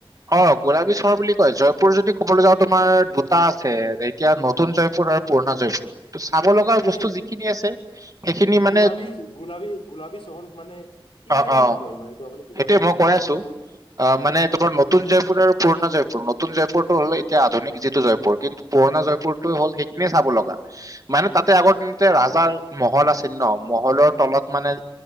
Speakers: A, on the right; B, on the left.
A: অ, গোলাবী চহৰ বুলি কয়, জয়পুৰ যদি কবলৈ যাওঁ তোমাৰ দুটা আছে। এতিয়া নতুন জয়পুৰ আৰু পুৰণা জয়পুৰ। ত' চাব লগা
B: মানে
A: বস্তু যিখিনি আছে, সেইখিনি মানে
B: গোলাবী গোলাবী গোলাবী চহৰ মানে কি
A: অ'
B: কাৰণে
A: অ'
B: মানে কয় মানে এইটো আপুনি বুজাব
A: সেইটোয়ে
B: পাৰিবনে
A: মই কৈ আছোঁ, আহ
B: অ
A: মানে তোমাৰ নতুন জয়পুৰ আৰু পুৰণা জয়পুৰ। নতুন জয়পুৰটো হ'লে এতিয়া আধুনিক যিটো জয়পুৰ কিন্তু পুৰণা জয়পুৰ টো হ'ল সেইখিনিয়ে চাব লগা। মানে তাতে আগৰ
B: আচ্ছা
A: দিনতে ৰাজাৰ মহল আছিল ন', মহলৰ তলত মানে-